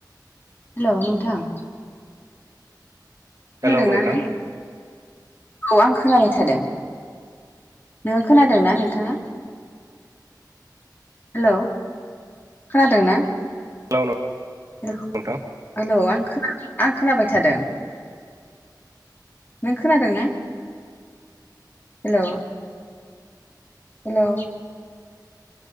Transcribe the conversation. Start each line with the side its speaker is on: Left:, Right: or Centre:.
Left: हेलौ नोंथां।
Right: हेलौ
Left: खोनादोंना
Right: नोंथां
Left: नों औ आं खोनाबाय थादों। नोङो खोनादोंना नोंथाङा। हेल' खोनादों ना?
Right: हेलौ
Left: हेल
Right: नोंथां
Left: हेलौ आं आं खोनाबाय थादों। नों खोनादों ना हेलौ? हेलौ